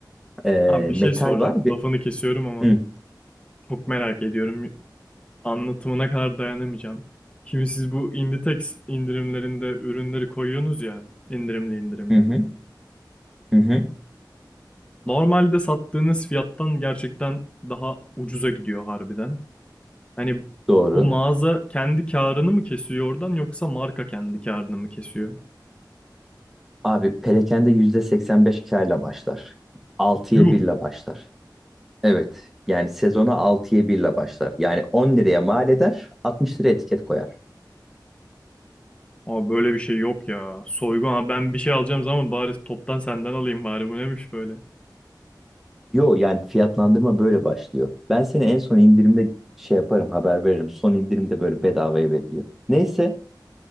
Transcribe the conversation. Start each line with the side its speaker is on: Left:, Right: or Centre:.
Centre: Ee,
Left: Abi bir şey
Centre: metal
Left: soracağım.
Centre: var. Bir...
Left: Lafını kesiyorum ama
Centre: Hı,
Left: çok merak ediyorum. Anlatımına kadar dayanamayacağım. Şimdi siz bu Inditex indirimlerinde ürünleri koyuyorsunuz ya indirimli indirimli.
Centre: hı, hı, hı, hı.
Left: Normalde sattığınız fiyattan gerçekten daha ucuza gidiyor harbiden. Hani
Centre: Doğru.
Left: bu mağaza kendi karını mı kesiyor oradan yoksa marka kendi karını mı kesiyor?
Centre: Abi perakende yüzde 85 kârla başlar. 6'ya
Left: Yuh!
Centre: 1'le başlar. Evet. Yani sezona 6'ya 1'le başlar. Yani 10 liraya mal eder, 60 liraya etiket koyar.
Left: Aa böyle bir şey yok ya. Soygun Aa ben bir şey alacağım zaman bari toptan senden alayım bari. Bu neymiş böyle?
Centre: Yo yani fiyatlandırma böyle başlıyor. Ben seni en son indirimde şey yaparım haber veririm. Son indirimde böyle bedavaya veriliyor. Neyse